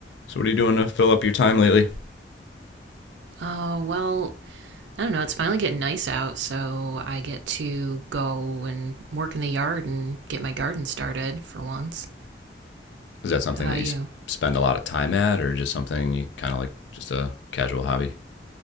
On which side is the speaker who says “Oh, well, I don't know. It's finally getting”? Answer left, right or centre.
Right